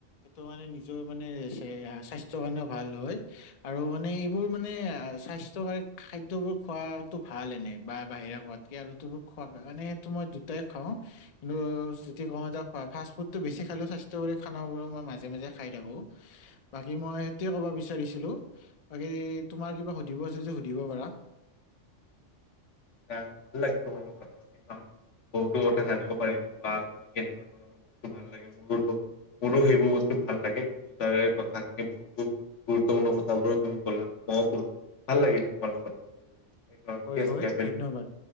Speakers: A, on the left; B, on the left.
A: ত' মানে, নিজৰ মানে, স্বাস্থ্যৰ কাৰণেও ভাল হয়। আৰু মানে, এইবোৰ মানে, স্বাস্থ্যকৰ খাদ্যবোৰ খোৱাটো ভাল এনে। বা বাহিৰে খোৱা আৰু <unintelligible> বোৰ খোৱা নাই। মানে, সেইটো মই দুইটাই খাওঁ। কিন্তু, যদি কওঁ, এতিয়া ফাষ্ট-ফুডটো বেছি খালেওঁ, স্বাস্থ্যকৰি খানাবোৰ মই মাজে মাজে-মাজে খাই থাকোঁ। বাকী মই, সেইটোৱে ক'ব বিচাৰিছিলোঁ। বাকী, তোমাৰ কিবা সুধিব আছে যদি, সুধিব পাৰা?
B: <unintelligible> কাৰণ, বহুতো কথা জানিব পাৰিলোঁ বা তুমি কেনেকুৱা ধৰণৰ বস্তু ভাল লাগে, মোৰো মোৰো সেইবোৰ বস্তু ভাল লাগে। তাৰে কথাখিনি বহুতো গুৰুত্বপূৰ্ণ কথাবোৰো তুমি ক'লা, মই ক'লোঁ। ভাল লাগিলে তোমৰ লগত! কথা পাতি সেইকাৰণে ঠিক
A: হয়,
B: আছে
A: হয়,
B: দিয়া
A: ধন্যবাদ।